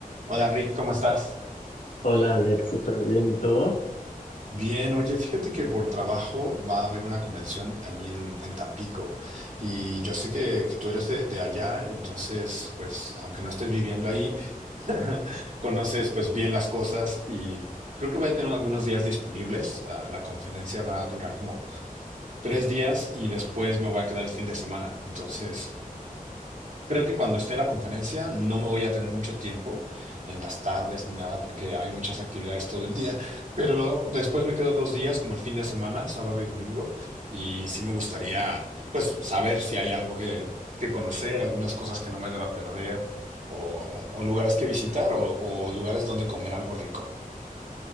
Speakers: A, on the right; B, on the left.
A: Hola Rick, ¿cómo estás?
B: Hola Alex, súper bien. ¿Y tú?
A: Bien, oye, fíjate que por trabajo va a haber una convención allí en, en Tampico y yo sé que, que tú eres de, de allá, entonces, pues, aunque no estés viviendo ahí, <laughs> conoces pues bien las cosas y creo que voy a tener algunos días disponibles. Ah, la conferencia va a durar como tres días y después me voy a quedar el fin de semana, entonces. Creo que cuando esté la conferencia no me voy a tener mucho tiempo en las tardes ni nada porque hay muchas actividades todo el día, pero lo- después me quedo dos días como el fin de semana, sábado y domingo, y sí me gustaría pues saber si hay algo que, que conocer, algunas cosas que no me deba perder o, o lugares que visitar o, o lugares donde comer algo rico.